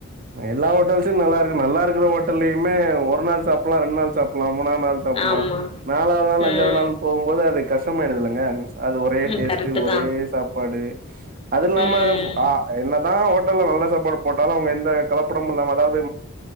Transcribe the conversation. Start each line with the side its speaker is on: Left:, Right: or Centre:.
Right: எல்லா ஹோட்டல்ஸு நல்லா இருக்கு நல்லா இருக்கற ஹோட்டல்லையுமே ஒரு நாள் சாப்பல்லா ரெண்டு நாள் சாப்பல்லா மூனாவது நாள் சாப்பல்லா
Left: ஆமா.
Right: நாலாவது நாள்
Left: ம்.
Right: அஞ்சாவது நாள் போகும்போது அது கஷ்டமாயிடுது இல்லங்க அது ஒரே
Left: ம்
Right: டேஸ்ட்டு
Left: கரெக்ட்டு
Right: ஒரே
Left: தான்.
Right: சாப் பாடு அது இல்லாம
Left: ம்.
Right: அ என்னதா ஹோட்டல்ல நல்ல சாப்பாடு போட்டாலு அவங்க எந்த கலப்படம் இல்லாம அதாவது